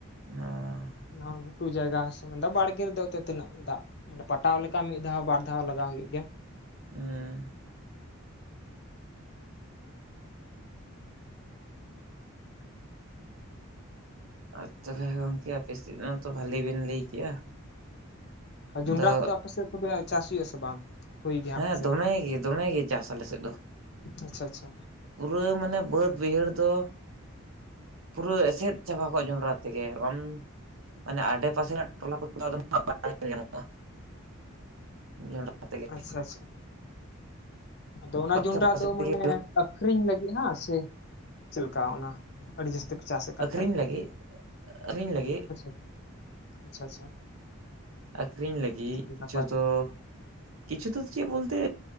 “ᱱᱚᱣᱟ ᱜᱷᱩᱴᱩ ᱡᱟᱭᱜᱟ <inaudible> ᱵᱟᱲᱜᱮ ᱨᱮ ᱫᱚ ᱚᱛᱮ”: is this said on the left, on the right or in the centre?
Left